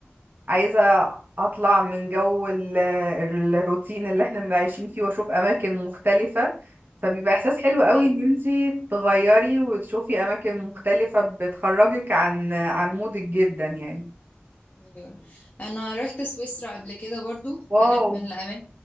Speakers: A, on the right; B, on the left.
A: عايزة اطلع من جو ال... الروتين اللي احنا عايشين فيه واشوف اماكن مختلفة فبيبقى احساس حلو قوي
B: ايوه
A: ان انتي تغيري وتشوفي اماكن مختلفة بتخرجك عن عن مودك جدا يعني
B: ايوه انا رحت سويسرا قبل كده برضو
A: واو
B: كانت من الاماكن